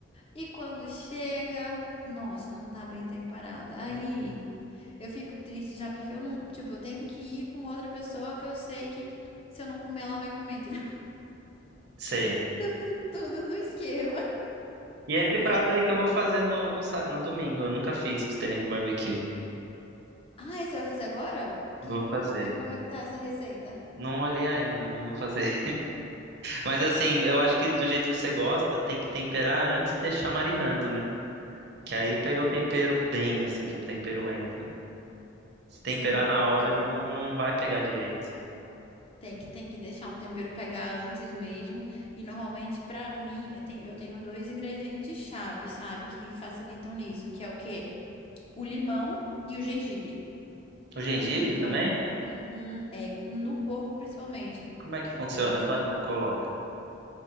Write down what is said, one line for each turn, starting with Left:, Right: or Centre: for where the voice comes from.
Left: E quando chega, nossa, não tá bem temperada. Aí
Right: Hum.
Left: eu fico triste já, porque eu não. Tipo, eu tenho que ir com outra pessoa que eu sei que se eu não comer, ela vai comer, entendeu?
Right: Sei.
Left: <laughs> Tudo no esquema.
Right: E é esse
Left: É.
Right: prato aí que eu vou fazer no, no, sá- no domingo. Eu nunca fiz costelinha com barbecue.
Left: Ah, e você vai fazer agora?
Right: Vou
Left: Que,
Right: fazer.
Left: como que vai, como é que tá essa receita?
Right: Não olhei ainda, mas vou fazer. Mas assim, eu acho que do jeito que você gosta, tem que temperar antes e deixar marinando, né? Que aí pega o tempero bem, assim, que o tempero entra. Se temperar
Left: Sim.
Right: na hora,
Left: tem.
Right: ali não, não vai pegar direito.
Left: Tem que, tem que deixar o tempero pegar antes mesmo. E normalmente, pra mim, eu tenho, eu tenho dois ingredientes chaves, sabe? Que facilitam nisso, que é o quê? O limão e o gengibre.
Right: O gengibre
Left: Então,
Right: também?
Left: uhum, é, no porco principalmente.
Right: Como é que funciona?
Left: Então, tem,
Right: Quando que coloca?